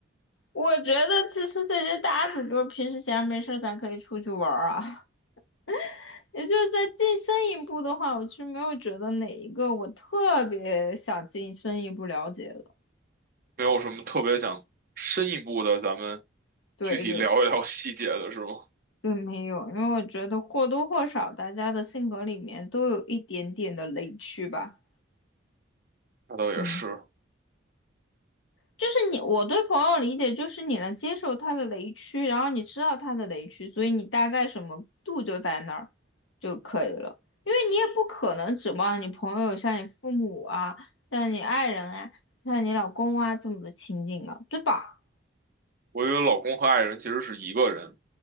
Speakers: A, on the left; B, on the right.
A: 我觉得其实这些搭子就是平时闲着没事儿，咱可以出去玩儿啊。<laughs> 也就是再进深一步的话，我其实没有觉得哪一个我特别想进深一步了解的。
B: 没有什么特别想深一步的，咱们
A: 对对对，
B: 具体聊一聊细节的是吗？
A: 对，没有，因为我觉得或多或少大家的性格里面都有一点点的雷区吧。
B: 那倒也是，
A: 嗯，就是你，我对朋友理解就是你能接受他的雷区，然后你知道他的雷区，所以你大概什么度就在那儿就可以了。因为你也不可能指望你朋友像你父母啊，像你爱人啊，像你老公啊这么的亲近啊，对吧？
B: 我以为老公和爱人其实是一个人，